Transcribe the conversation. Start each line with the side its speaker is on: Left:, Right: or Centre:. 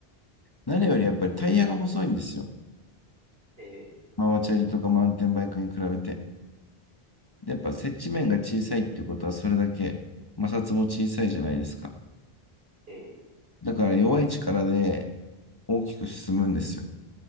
Left: 何よりやっぱりタイヤが細いんですよ。
Right: ええ
Left: ママチャリとかマウンテンバイクに比べて。でやっぱ接地面が小さいっていうことはそれだけ摩擦も小さいじゃないですか。
Right: ええ
Left: だから弱い力で大きく進むんですよ。